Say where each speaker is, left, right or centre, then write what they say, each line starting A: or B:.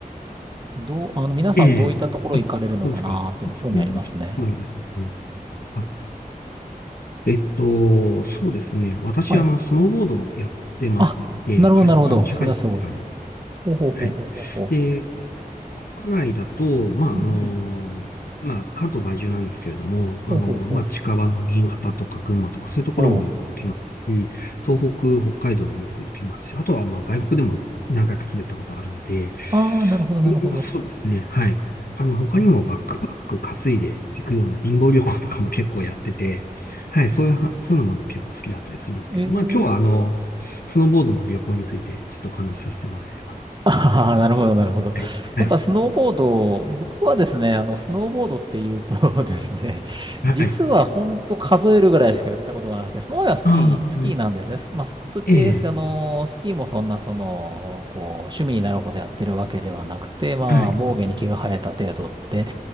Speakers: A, on the right; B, on the left.
A: どう、あの、皆さんどういったところ行かれるのかなーっていうの興味ありますね。
B: ええあ、そうですか。そうですねあえっと、そうですね。私、
A: はい。
B: あの、スノーボードをやってまして、
A: あ、なるほど、
B: 会社あの、
A: なるほど。
B: 社会人だからなんで
A: それはすごい。ほうほうほうほうほうほ
B: すはい。で、国内だと、まあ、
A: う。うんうん。
B: あの、まあ、関東在住なんですけれども、あの、
A: ほうほうほう。
B: まあ、近場の新潟とか群馬とか、そういうところもよく行きますし、
A: おう。
B: 東北、北海道もよく行きますし、あとは、まあ、外国でも何回か滑ったことあるんで、
A: ああ、なるほど、なるほど。
B: でまあ、そうですね、はい。あの、他にもバックパック担いで行くような貧乏旅行とかも結構やってて、
A: うん
B: はい、そういうは、そういうのも結構好きだったりするんですけど、
A: えー。
B: まあ、今日は、あの、スノーボードの旅行について、ちょっとお話しさせてもらえればと。
A: ああ、なるほど、なるほど。
B: はい。
A: やっぱスノーボード、
B: はい。
A: 僕はですね、あの、スノーボードっていうと <laughs> ですね、
B: はい
A: 実はほんと数えるぐらいしかやったことがなくて、その前はスキー、
B: ああ、
A: スキーなんですね。
B: うん
A: スまあ、スと言って、
B: ええ、
A: あの、スキーもそんな、その、こう、趣味になるほどやってるわけではなくて、まあ、
B: はい、
A: 防御に毛が生えた程度って